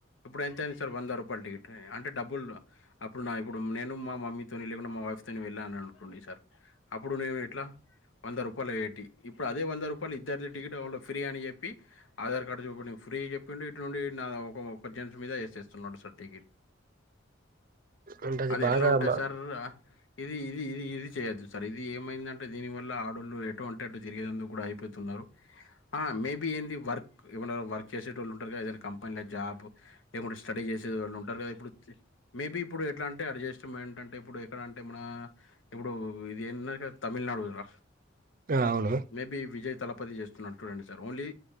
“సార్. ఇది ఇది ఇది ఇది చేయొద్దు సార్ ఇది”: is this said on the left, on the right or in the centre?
Left